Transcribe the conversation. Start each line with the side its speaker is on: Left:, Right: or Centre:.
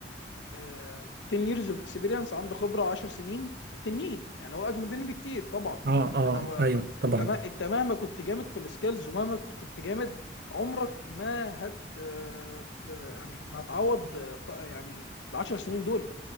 Left: آه 10 years of experience عنده خبره 10 سنين تنين يعني هو اجمد مني بكتير طبعا
Right: اه اه
Left: انا ما
Right: ايوه
Left: ما
Right: طبعا
Left: انت ما انت مهما كنت جامد في السكيلز ومهما كنت جامد عمرك ما هت آه، ت- يعني ما هتعوض آه، ف- يعني ال 10 سنين دول